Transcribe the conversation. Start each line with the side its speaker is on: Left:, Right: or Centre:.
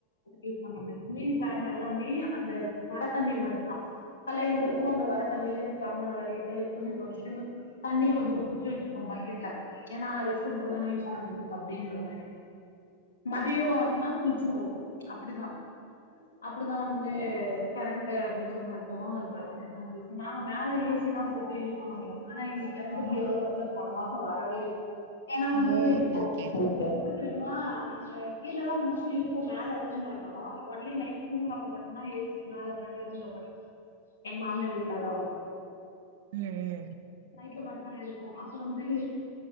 Left: யூஸ் பண்ற மாரி மீதி பாதி நாள்ள எல்லாமே அந்த வர தண்ணி மட்டும்தான் கால்ல எந்திரிப்போம் அந்த வர தண்ணியிலேய ஜாமான வெளகிட்டு துணி தொவச்சுட்டு தண்ணி கொஞ்சம் புடுச்சு வச்சுப்போம் பக்கெட்ல ஏன்னா அது ரெஸ்ட் ரூம் போன யூஸ் பண்றது அப்டின்ற மாரி மதியோ அப்டினா குளிச்சுடுவோம் அப்டிதான் அப்டிதான் வந்து கரண்ட மிச்சம் படுத்துவோ அதான் <unintelligible> நாங்க மேல ஏ சி தான் போட்டு யூஸ் பண்றோம் ஏன்னா கரண்ட்டுக்கு எவ்ளோ வருனா போன மாசம் வரவே இல்ல ஏன்னா
Right: ஓ
Left: வந்து
Right: ஓகே
Left: <inaudible>
Right: ஓகே
Left: எப்டி தெரியுமா நாங்க கீழதான் மோஸ்ட்லி இருப்போ மேல இருக்க மாட்டோம் ஒன்லி நைட் தூங்குறப்ப மட்டுதான் ஏ சி மேல பெட்டு் ரூம்ல படுத்துபோம் எங்க மாமியார் வீட்ல அதாவது
Right: உம் உம்
Left: வீட்ல மட்டும் தான் இருக்கும் அப்ப வந்து